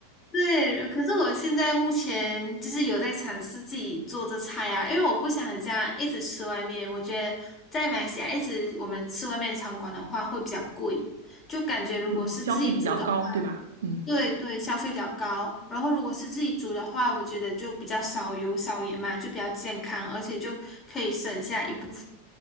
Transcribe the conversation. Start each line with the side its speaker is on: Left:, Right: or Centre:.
Left: 对，可是我现在目前就是有在尝试自己做这菜啊，因为我不想这样一直吃外面，我觉得在马来西亚一直我们吃外面餐馆的话会比较贵，就感觉如果是自己煮的话，
Right: 嗯，消费比较高，对吧？嗯，
Left: 对对，消费比较高，然后如果是自己煮的话，我觉得就比较少油少盐嘛，就比较健康，而且就可以省下一部。